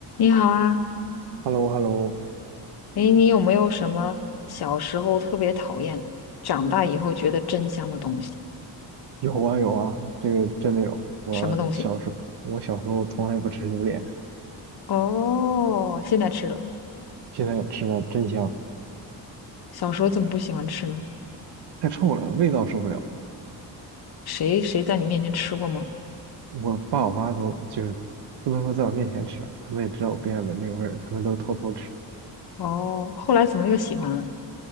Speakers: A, on the left (about 60°); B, on the right (about 70°).
A: 你好啊，
B: h e l l o h e l l o
A: 诶，你有没有什么小时候特别讨厌，长大以后觉得真香的东西？
B: 有啊有啊，这个真的有。我小时候，
A: 什么东西？
B: 我小时候从来不吃榴莲，
A: 哦，现在吃了，
B: 现在吃了真香，
A: 小时候怎么不喜欢吃呢？
B: 太臭了，味道受不了。
A: 谁谁在你面前吃过吗？
B: 我爸我妈都就是不能说在我面前吃啊，他们也知道我不愿意闻这个味儿，他们都偷偷吃。
A: 哦，后来怎么又喜欢了？